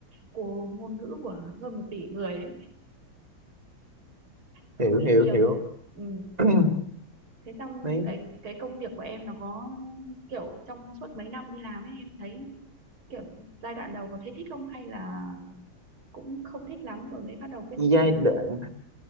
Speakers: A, on the right (about 85°); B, on the right (about 20°).
A: của ngôn ngữ của hơn một tỷ người ấy. Không
B: hiểu
A: nghĩ
B: hiểu
A: nhiều.
B: hiểu
A: Ừ.
B: <clears throat>
A: thế xong
B: đấy
A: cái cái công việc của em nó có kiểu trong suốt mấy năm đi làm ấy em thấy kiểu giai đoạn đầu có thấy thích không hay là cũng không thích lắm rồi mới bắt đầu quyết
B: cái
A: định
B: giai
A: đến
B: đoạn
A: nghỉ?